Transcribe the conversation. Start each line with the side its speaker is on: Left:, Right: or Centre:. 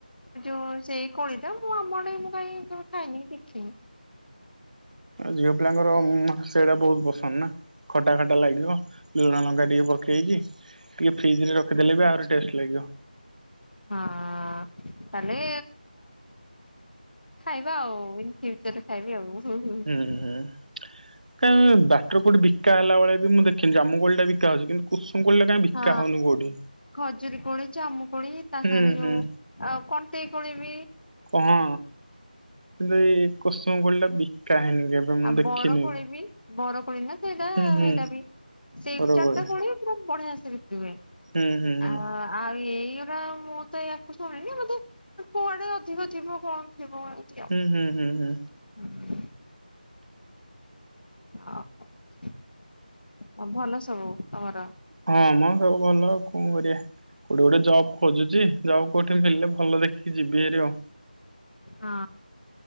Left: ଓ ସେଇ କୋଳି ତ ମୁଁ ଆମ ଆଡେ କାହିଁ ଖାଇନି କି ଯୋଉ ଦେଖିନି।
Right: ଝିଅ ପିଲାଙ୍କର ସେଇଟା ବହୁତ ପସନ୍ଦ ନା। ଖଟା ଖଟା ଲାଗିବ ଲୁଣ ଲଙ୍କା ଟିକେ ପକେଇକି ଟିକେ। ଫ୍ରିଜରେ ରଖିଦଲେ ବି ଆହୁରି ଟେଷ୍ଟ ଲାଗିବ।
Left: ହଁ ତାହେଲେ। ଖାଇବା ଆଉ। ରୁଟି ହେଇ ସାରିଲେ ଖାଇବି ଆଉ।
Right: ହୁଁ ହୁଁ କାଇଁ ବାଟରେ କୋଉଠି ବିକା ହେଲା ବେଳେ ବି ମୁଁ ଦେଖିନି ଜାମୁ କୋଳି ଟା ବିକା ହଉଛି କିନ୍ତୁ। କୁସୁମ କୋଳିଟା କାଇଁ ବିକା।
Left: ହଁ
Right: ହଉନି କୋଉଠି
Left: ଖଜୁରୀ କୋଳି ଜାମୁକୋଳି ତା
Right: ହୁଁ
Left: ସାଙ୍ଗରେ ଯୋଉ।
Right: ହୁଁ
Left: ଆଉ କଣ୍ଟେଇକୋଳି ଵି।
Right: ହଁ। ଏଇ କୁସୁମ ଗୋଳି ଟା ବିକା ହେଇନି କେବେ। ମୁଁ
Left: ଆଉ
Right: ଦେଖିନି।
Left: ବରକୋଳି ବି ବରକୋଳି ନା। ସେଇଟା
Right: ହୁଁ ହୁଁ
Left: ସେଇଟା ବି ସେଇୁ
Right: ବରକୋଳି
Left: ଚାରିଟା କୋଳି ପୁରା ବଢିଆ ସେ ବିକ୍ରି ହୁଏ।
Right: ହୁଁ ହୁଁ ହୁଁ।
Left: ଆ ଆଉ ଏଇଗୁଡା ମୁଁ ତ ଇୟାକୁ ଶୁଣିନି ମତେ କୁଆଡେ ଅଧିକ ଥିବ କଣ ଥିବ।
Right: ହୁଁ ହୁଁ ହୁଁ ହୁଁ।
Left: ହୁଁ। ହଁ ଭଲ ସବୁ ତମର।
Right: ହଁମ ସବୁ ଭଲ କଣ କରିବା ଗୋଟେ ଗୋଟେ ଜବ୍ ଖୋଜୁଛି। ଜବ କଉଠି ହେଲେ ଭଲ ଦେଖିକି ଯିବି ହାରି ଆଉ।
Left: ହଁ।